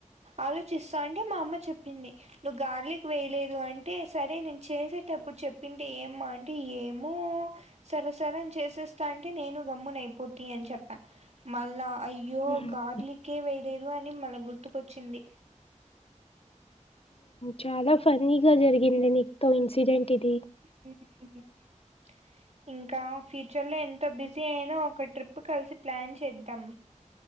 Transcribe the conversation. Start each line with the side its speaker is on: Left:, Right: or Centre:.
Right: ఆలోచిస్తా అంటే మా అమ్మ చెప్పింది ను గార్లిక్ వేయలేదు అంటే సరే నేను చేసేటప్పుడు చెప్పింటే ఏమ్మా అంటే ఏమో సర సర అని చేసేస్తా అంటే నేను గమ్మున అయిపోతి అని చెప్పా మళ్ళా అయ యో
Left: హ్మ్.
Right: గార్లిక్ ఏ వే లేదు అని మళ్ళా గుర్తుకొచ్చింది
Left: చాలా ఫన్నీగా జరిగింది నీకు తో ఇన్సిడెంట్ ఇది
Right: <inaudible> ఇంకా ఫ్యూచర్ లో ఎంత బిజీ అయిన ఒక ట్రిప్ కలిసి ప్లాన్ చేద్దాం